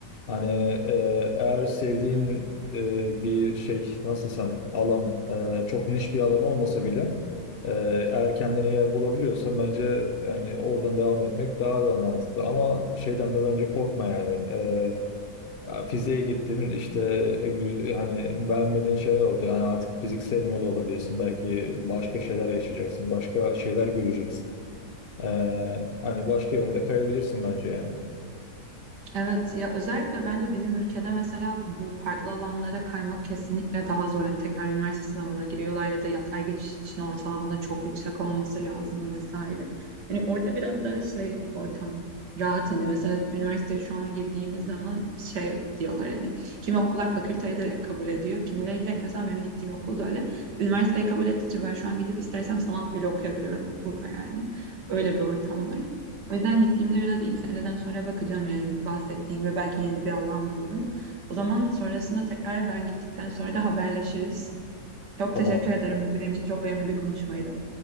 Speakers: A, on the left; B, on the right.
A: hani e, eğer sevdiğin e, bir şey nasıl desem alan e, çok niş bir alan olmasa bile e, eğer kendine yer bulabiliyorsan bence yani oradan devam etmek daha da mantıklı. Ama şeyden de bence korkma yani. E, Ya Fiziğe gittin işte e, gü- hani beğenmediğin şeyler oldu. Yani artık fizik sevmiyor da olabilirsin. Belki başka şeyler yaşayacaksın. Başka şeyler göreceksin. Ee, hani başka yöne de kayabilirsin bence yani.
B: Evet ya özellikle bence bizim ülkede mesela bu farklı alanlara kaymak kesinlikle daha zor. Hani tekrar üniversite sınavına giriyorlar ya da yatay geçiş için ortalamanın çok yüksek olması lazım vesaire. Hani orada biraz daha şey ortam rahat hani mesela üniversiteye şu an girdiğimiz zaman şey diyorlar hani kimi okullar fakülteye direkt kabul ediyor. Kimileri direkt mesela benim gittiğim okulda öyle üniversiteye kabul ettiği için ben şu an gidip istersem sanat bile okuyabiliyorum okulda yani. Öyle bir ortam var. O yüzden gittiğimde biraz ilk seneden sonra bakacağım yani bahsettiğin ve belki yeni bir alan bulurum. O zaman sonrasında tekrar ben gittikten sonra da haberleşiriz. Çok
A: Tamam.
B: teşekkür ederim. Benim için çok verimli bir konuşmaydı.